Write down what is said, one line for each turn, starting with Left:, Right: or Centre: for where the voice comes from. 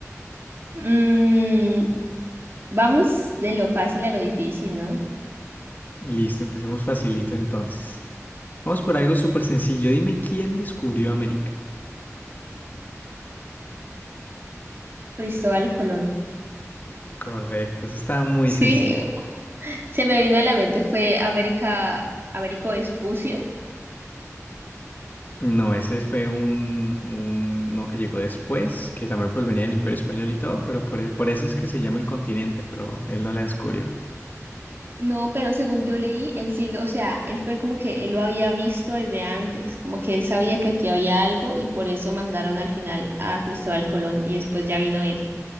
Right: Mm, vamos de lo fácil a lo difícil, ¿no?
Left: Listo, empecemos facilito entonces. Vamos por algo súper sencillo. Dime quién descubrió América.
Right: Cristóbal Colón.
Left: Correcto, eso estaba muy
Right: Sí,
Left: sencillo.
Right: Se me vino a la mente fue América, Américo Vespucio.
Left: No, ese fue un, un- uno que llegó después, que también pues venía del Imperio Español y todo, pero por, e- por eso es que se llama el continente, pero él no la descubrió.
Right: No, pero según yo leí, él sí, lo- o sea, él fue como que él lo había visto desde antes, como que él sabía que aquí había algo y por eso mandaron al final a Cristóbal Colón y después ya vino él,